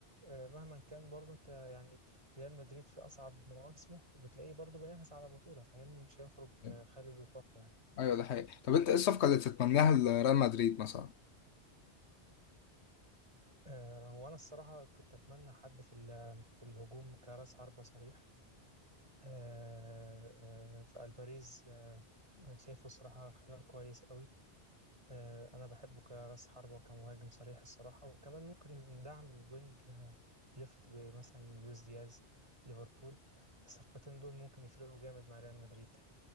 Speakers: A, on the right (about 30°); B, on the left (about 80°).
A: آه، مهما كان برضو انت يعني ريال مدريد في اصعب مواسمه بتلاقيه برضو بينافس على بطولة فاهمني مش هيخرج
B: أيوه
A: آه، خالي الوفاق يعني
B: أيوه، ده حقيقي طب أنت إيه الصفقة اللي تتمناها لريال مدريد مثلا؟
A: آه، وانا الصراحة كنت اتمنى حد في ال- في الهجوم كراس حربة صريح آه، آه، فالفاريز آه، شايفه صراحة خيار كويس قوي آه، انا بحبه كراس حربة وكمهاجم صريح الصراحة وكمان ممكن ندعم الوينج ليفت بمثلا لويس دياز ليفربول الصفقتين دول ممكن يفرقوا جامد مع ريال مدريد